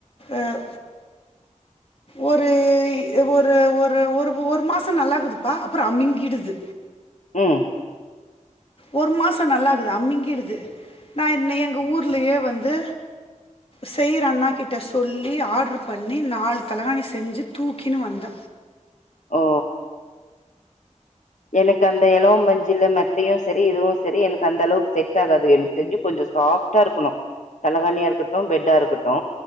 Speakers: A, on the left; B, on the left.
A: அ ஒரு ஒரு ஒரு ஒரு ஒரு மாசோ நல்லாக்குதுப்பா அப்பறோ அமிங்கிடுது
B: ம்
A: ஒரு மாச நல்லாக்குது அமிங்கிடுது நா என் எங்க ஊர்லயே வந்து செயிற அண்ணா கிட்ட சொல்லி ஆர்டரு பண்ணி நால் தலகாணி செஞ்சு தூக்கின்னு வந்த
B: ஓ எனக்கு அந்த எளவ பஞ்சல மெத்தையு சரி இதுவு சரி எனக்கு அந்த அளவுக்கு செட் ஆகாது எனக்கு தெரிஞ்சு கொஞ்ச சாஃப் ட்டா இருக்கணு தலைகாணியா இருக்கட்டு பெட்டா இருக்கட்டு